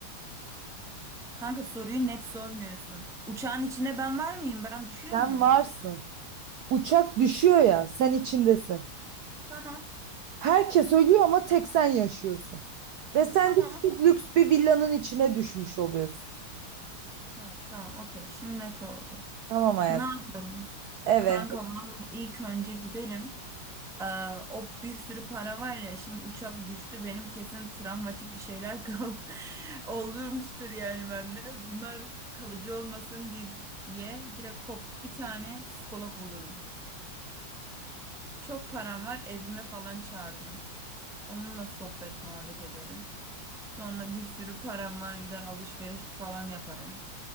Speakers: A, in the centre; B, on the right.
A: Kanka soruyu net sormuyorsun. Uçağın içinde ben var mıyım? Ben düşüyor
B: Sen
A: muyum?
B: varsın. Uçak düşüyor ya, sen içindesin.
A: Tamam.
B: Herkes ölüyor ama tek sen yaşıyorsun. Ve sen
A: Tamam.
B: de çok lüks bir villanın içine düşmüş oluyorsun.
A: Ha, tamam. Okey. Şimdi net oldu.
B: Tamam hayat.
A: Ne yaparım?
B: Evet,
A: Kanka vallahi ilk önce giderim. Aa, o bir sürü para var ya şimdi uçak düştü benim kesin travmatik bir şeyler kal <laughs> olurmuştur yani bende. Bunlar kalıcı olmasın di- diye direkt hop bir tane psikolog bulurum. Çok param var evime falan çağırırım. Onunla sohbet muhabbet ederim. Sonra bir sürü param var gider alışveriş falan yaparım.